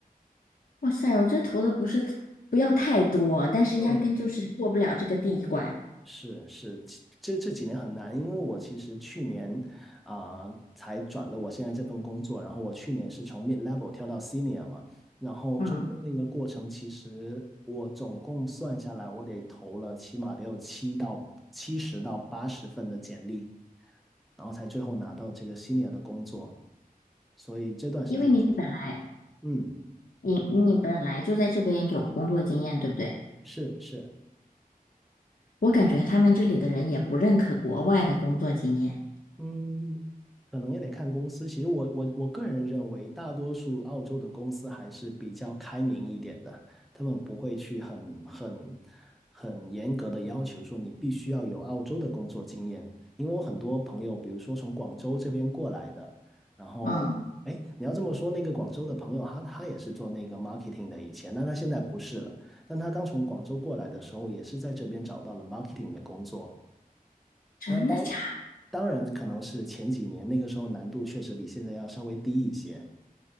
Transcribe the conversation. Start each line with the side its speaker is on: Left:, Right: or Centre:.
Left: 哇塞，我这投的不是不要太多，但是压根就是过不了这个第一关。
Centre: 嗯，是是，其这这几年很难，因为我其实去年啊、才转了我现在这份工作，然后我去年是从 mid level 跳到 senior 嘛，然后中间那个过程，
Left: 嗯，
Centre: 其实我总共算下来，我得投了起码得有七到七十到八十份的简历，然后才最后拿到这个 senior 的工作，所以这段时间，
Left: 因为你本来
Centre: 嗯，
Left: 你你本来就在这边有工作经验，对不对？
Centre: 是是。
Left: 我感觉他们这里的人也不认可国外的工作经验。
Centre: 嗯，可能也得看公司。其实我我我个人认为，大多数澳洲的公司还是比较开明一点的，他们不会去很很很严格的要求说你必须要有澳洲的工作经验。因为我很多朋友，比如说从广州这边过来的，然后哎，
Left: 嗯，
Centre: 你要这么说，那个广州的朋友他他也是做那个 marketing 的以前，但他现在不是了。但他刚从广州过来的时候，也是在这边找到了 marketing 的工作。
Left: 真的假
Centre: 但当。当然，可能是前几年那个时候难度确实比现在要稍微低一些，